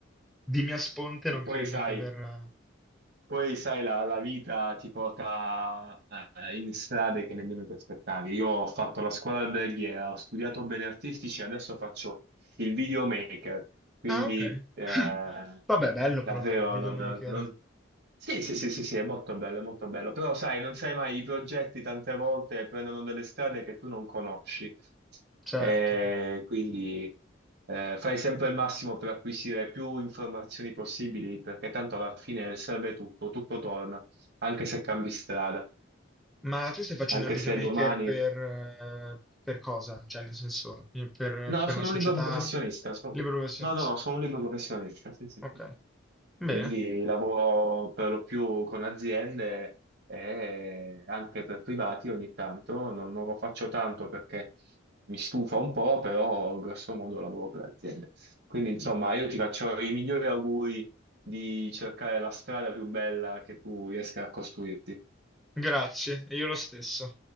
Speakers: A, in the centre; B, on the right.
A: Di mia sponte non
B: E poi
A: credo
B: sai,
A: che verrà.
B: Poi, sai, la, la vita ti porta eh, in strade che nemmeno ti aspettavi. Io ho fatto la scuola alberghiera, ho studiato beni artistici, adesso faccio il videomaker, quindi
A: Ah, ok.
B: eh,
A: <laughs> Vabbè, bello
B: davvero
A: però fare il videomaker,
B: non, non- sì, sì, sì, sì, sì, è molto bello, è molto bello. Però sai, non sai mai, i progetti tante volte prendono delle strade che tu non conosci.
A: certo.
B: Eh, quindi eh, fai sempre il massimo per acquisire più informazioni possibili, perché tanto alla fine serve tutto, tutto torna, anche se cambi strada,
A: Ma tu stai facendo
B: anche
A: il videomaker
B: se domani
A: per, eh, per cosa? Cioè, nel senso, io per,
B: No,
A: per
B: sono
A: una società
B: un libero professionista. sono-
A: libero professionista.
B: No, no, no, sono un libero professionista. Sì, sì,
A: Ok,
B: sì.
A: bene,
B: Quindi lavoro per lo più con aziende e anche per privati ogni tanto. Non, non lo faccio tanto perché mi stufa un po', però grosso modo lavoro per aziende. Quindi, insomma, io ti faccio i migliori auguri di cercare la strada più bella che tu riesca a costruirti.
A: grazie, e io lo stesso.